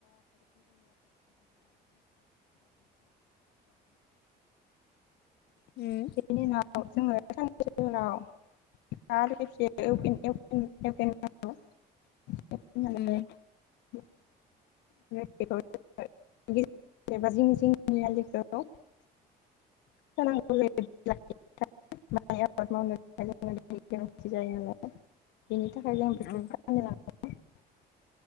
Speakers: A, on the left; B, on the left.
A: उम
B: बिनि ना औ जोङो <unintelligible> <unintelligible> <unintelligible>
A: उम
B: <unintelligible> <unintelligible> <unintelligible> <unintelligible> <inaudible>
A: उम